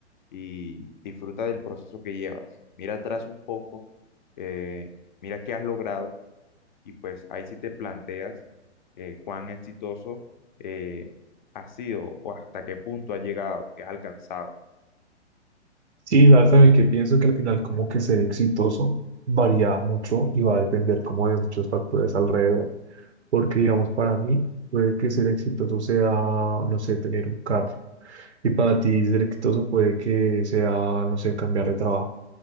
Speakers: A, on the left; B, on the right.
A: y disfruta del proceso que llevas. Mira atrás un poco, eh, mira qué has logrado y pues ahí sí te planteas eh, cuán exitoso eh, ha sido o hasta qué punto ha llegado, qué has alcanzado.
B: Sí, ya saben que pienso que al final como que ser exitoso varía mucho y va a depender como de muchos factores alrededor. Porque digamos, para mí puede que ser exitoso sea, no sé, tener un carro. Y para ti ser exitoso puede que sea, no sé, cambiar de trabajo.